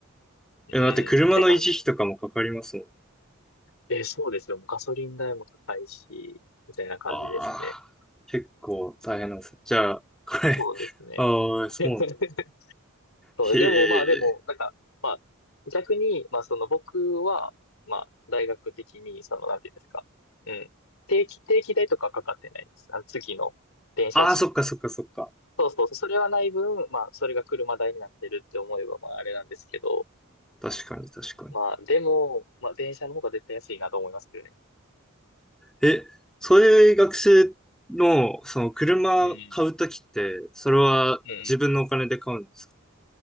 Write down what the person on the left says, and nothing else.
うん、
って感じ。え、そうですよ。もうガソリン代も高いし、みたいな感じですね。
そうですね。
<laughs>
そう、
でもまあでも、
なんか、まあ、逆に、まあその僕は、まあ、大学的に、その、なんていうんですか。うん。定期、定期代とかかかってないです。あの、月の電車賃。
そうそうそう、それはない分、まあ、それが車代になってるって思えば、まあ、あれなんですけど、
まあ、でも、まあ、電車の方が絶対安いなと思いますけどね。
うん。
うんうん